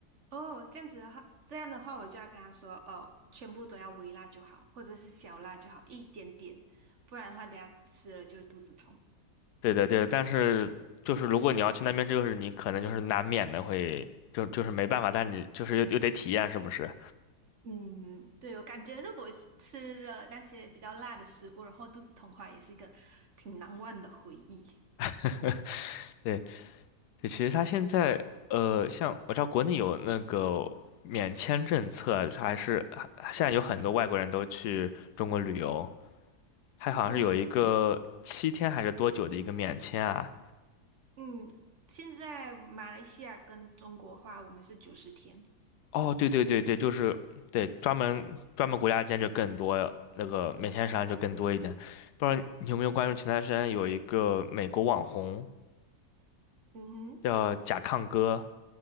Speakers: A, on the right; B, on the left.
A: 哦，这样子的话，这样的话，我就要跟他说，哦，全部都要微辣就好，或者是小辣就好，一点点，不然的话，等下吃了就会肚子痛。
B: 对对对，但是就是如果你要去那边，就是你可能就是难免的会，就就是没办法，但是你就是又又得体验，是不是？
A: 嗯，对，我感觉如果吃了那些比较辣的食物，然后肚子痛的话，也是一个挺难忘的回忆。
B: <laughs> 对，对，其实它现在呃，像我知道国内有那个免签政策啊，它还是还现在有很多外国人都去中国旅游，它好像是有一个七天还是多久的一个免签啊？
A: 对，嗯，现在马来西亚跟中国话，我们是九十天。
B: 哦，对对对对，就是对专门专门国家间就更多那个免签商就更多一点，不知道你有没有关注前段时间有一个美国网红
A: 嗯哼，
B: 叫甲亢哥，